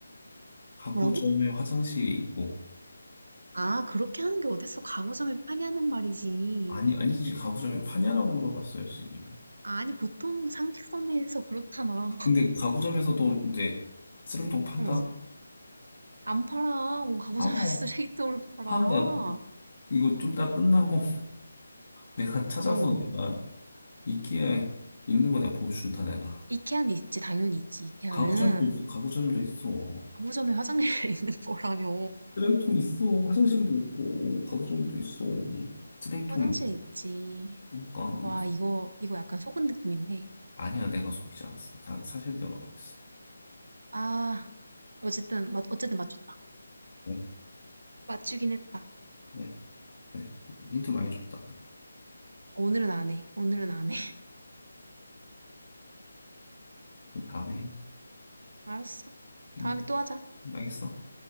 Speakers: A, on the left; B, on the right.
A: 가구점에
B: 뭐라고?
A: 화장실이 있고,
B: 아, 그렇게 하는 게 어딨어. 가구점에 파냐는 말이지.
A: 아니, 아니지. 가구점에 파냐라고 물어봤어야지.
B: 아니, 보통 상식선에서 그렇잖아.
A: 근데 가구점에서도 이제 쓰레기통 판다?
B: 응. 안 팔아. 뭐, 가구점에
A: 알아.
B: <laughs> 쓰레기통을 팔아.
A: 판다. 이거 좀 다 끝나고 내가 찾아서
B: 응.
A: 내가 이끼에 있는 거 내가 보여준다, 내가.
B: 이케아는 있지. 당연히 있지. 이케아는.
A: 가구점도 있어, 가구점도 있어.
B: 가구점에 화장실에 <laughs> 있는 거라며.
A: 쓰레기통 있어, 화장실도 있고, 가구점도 있어. 쓰레기통,
B: 화장실에 있지.
A: 그러니까,
B: 와, 이거, 이거 약간 속은 느낌인데.
A: 아니야, 내가 속이지 않았어. 난 사실 내가 말했어.
B: 아, 어쨌든, 맞, 어쨌든 맞췄다.
A: 어,
B: 맞추긴 했다.
A: 네, 그래. 힌트 많이 줬다.
B: 오늘은 안 해. 오늘은 안 해.
A: 다음에,
B: <laughs> 알았어.
A: 응,
B: 다음에 또 하자.
A: 알겠어.